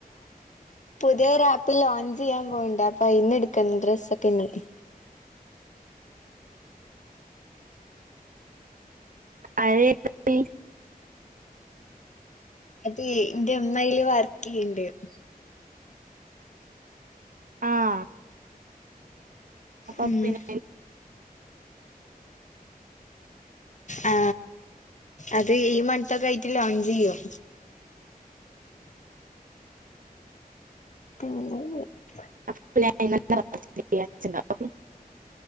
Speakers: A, on the left; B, on the right.
A: പുതിയൊരാപ്പ് ലോഞ്ച് ചെയ്യാൻ പോണിണ്ട്. അപ്പൊ അയിന്ന് എടുക്കണം ഡ്രസ്സൊക്കെ ഇനി
B: അയി പ്പൊപ്പി
A: അത് ന്റെമ്മയില് വർക്ക് ചെയ്യണ്ട്.
B: ആഹ് അപ്പൊ
A: ഉം
B: പിന്നെ
A: ആ അതെ ഈ മൺത്തൊക്കെ ആയിട്ട് ലോഞ്ച് ചെയ്യും. ഉം പിന്നെ ല്ലേ
B: അപ് ലോഞ്ച് ഇയ്യാഴ്ച ണ്ടാവും